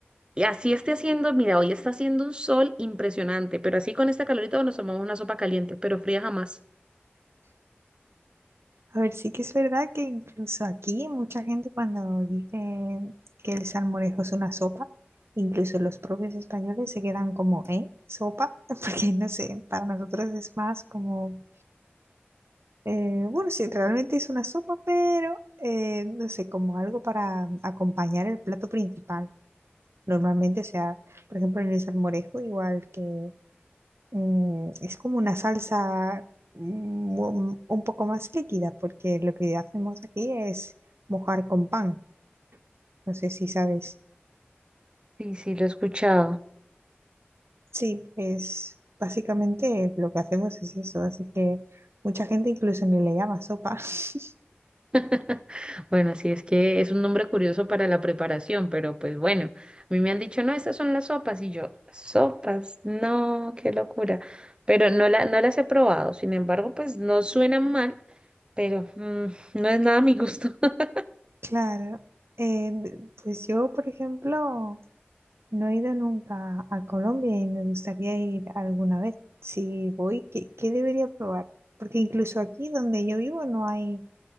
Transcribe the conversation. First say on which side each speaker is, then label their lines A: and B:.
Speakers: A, on the right; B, on the right.
A: y así esté haciendo, mira, hoy está haciendo un sol impresionante, pero así con este calorito nos tomamos una sopa caliente, pero fría jamás.
B: A ver, sí que es verdad que incluso aquí mucha gente cuando dice que el salmorejo es una sopa, incluso los propios españoles se quedan como, ¿eh? ¿Sopa? <laughs> Porque no sé, para nosotros es más como, eh, bueno, sí, realmente es una sopa, pero eh, no sé, como algo para acompañar el plato principal. Normalmente, o sea, por ejemplo, en el salmorejo, igual que mm, es como una salsa mu- un poco más líquida, porque lo que hacemos aquí es mojar con pan. No sé si sabes.
A: Sí, sí, lo he escuchado.
B: Sí, pues básicamente lo que hacemos es eso, así que mucha gente incluso ni le llama sopa. <laughs>
A: <laughs> Bueno, sí, es que es un nombre curioso para la preparación, pero pues bueno, a mí me han dicho, no, estas son las sopas, y yo, sopas, no, qué locura, pero no, la, no las he probado, sin embargo, pues no suenan mal, pero mm, no es nada a mi gusto. <laughs>
B: Claro, eh, d- pues yo, por ejemplo, no he ido nunca a Colombia y me gustaría ir alguna vez. Si voy, ¿qué, qué debería probar? Porque incluso aquí donde yo vivo no hay